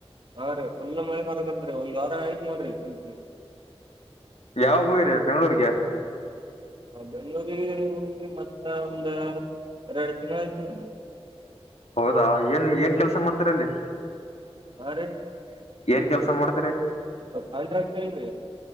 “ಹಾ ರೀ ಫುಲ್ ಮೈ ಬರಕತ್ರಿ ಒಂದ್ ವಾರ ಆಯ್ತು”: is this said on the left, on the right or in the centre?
Right